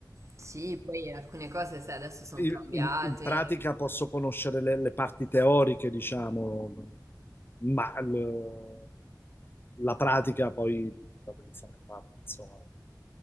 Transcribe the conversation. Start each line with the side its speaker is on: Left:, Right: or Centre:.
Right: sì, poi alcune cose, sai, adesso sono
Left: In,
Right: cambiate.
Left: in- in pratica posso conoscere le, le parti teoriche, diciamo, ma l- la pratica poi la devo fare a parte, insomma.